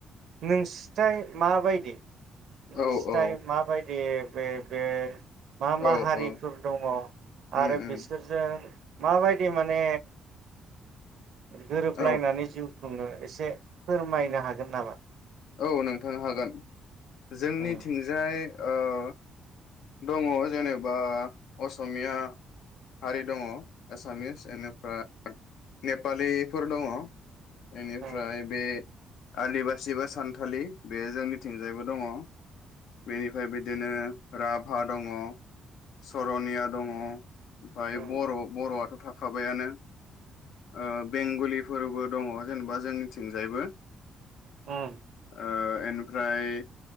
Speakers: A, on the right; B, on the left.
A: नोंसोरथाय माबायदि नोंसिथाय
B: औ औ
A: माबायदि ए बे बे मा मा
B: औ
A: हारिफोर
B: औ
A: दङ
B: उम
A: आरो
B: उम
A: बिस जों माबायदि माने गोरोबलायनानै
B: औ
A: जिउ बु खुनो एसे फोरमायनो हागोन नामा?
B: औ नोंथां हागोन। जोंनि
A: उम
B: थिंजाय औ। दङ जेनेबा असमिया हारि दङ एसामिस बेनिफ्राय नेपालिफोर दङ। बेनिफ्राय
A: उम
B: बे आदिबासि बा सानथालि बे जोंनिथिंजायबो दङ बेनिफ्राय बिदिनो राभा दङ सरनिया दङ। ओमफ्राय
A: उम
B: बर' बर'आथ' थाख खाबायानो आ बेंगलिफो फोरबो दङ जेनेबा जोंनिथिंजायबो।
A: ओ।
B: ओ एनिफ्राय